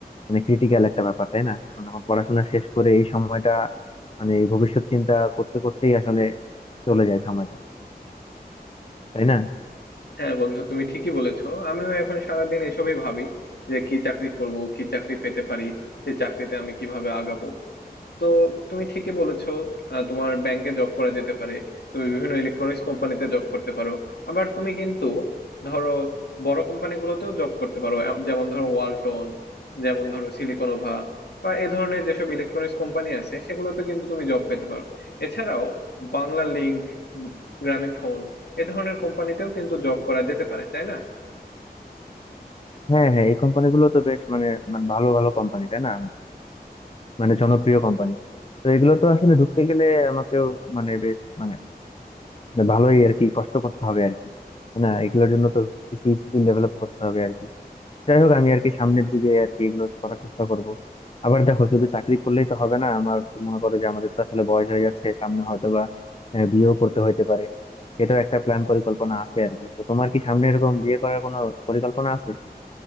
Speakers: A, on the left; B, on the left.
A: মানে ক্রিটিক্যাল একটা ব্যাপার তাই না কারণ এখন পড়াশোনা শেষ করে এই সময়টা মানে এই ভবিষ্যৎ চিন্তা করতে করতেই আসলে চলে যায় সময়টা তাই না
B: হ্যাঁ বন্ধু তুমি ঠিকই বলেছো আমিও এখন সারাদিন এসবই ভাবি যে কি চাকরি করব কি চাকরি পেতে পারি এই চাকরিতে আমি কিভাবে আগাবো তো তুমি ঠিকই বলেছো আহ, তোমার ব্যাংকে জব করা যেতে পারে তুমি বিভিন্ন ইলেকট্রনিক্স কোম্পানিতে জব করতে পারো আবার তুমি কিন্তু ধরো বড় কোম্পানিগুলোতেও জব করতে পারো এম- যেমন ধরো ওয়ালটন যেমন ধরো সিলিকনোভা বা এ ধরনের যেসব ইলেকট্রনিক্স কোম্পানি আছে সেগুলোতে কিন্তু তুমি জব পেতে পারো এছাড়াও বাংলা লিংক গ্রামীণ ফোন এ ধরনের কোম্পানিতেও কিন্তু জব করা যেতে পারে তাই না
A: হ্যাঁ হ্যাঁ এই কোম্পানিগুলো তো বেশ মানে মানে ভালো ভালো কোম্পানি তাই না মানে জনপ্রিয় কোম্পানি তো এগুলো তো আসলে ঢুকতে গেলে আমাকেও মানে বেশ মানে মানে ভালোই আর কি কষ্ট করতে হবে আর কি তাই না এগুলোর জন্য তো কিছু স্কিল ডেভেলপ করতে হবে আর কি যাই হোক আমি আর কি সামনের দিকে আর কি এগুলো করার চেষ্টা করব আবার দেখো শুধু চাকরি করলেই তো হবে না আমার তো মনে করো যে আমাদের তো আসলে বয়স হয়ে যাচ্ছে সামনে হয়তো বা আহ, বিয়েও করতে হইতে পারে সেটাও একটা প্ল্যান পরিকল্পনা আছে আর কি তো তোমার কি সামনে এরকম বিয়ে করার কোনো পরিকল্পনা আছে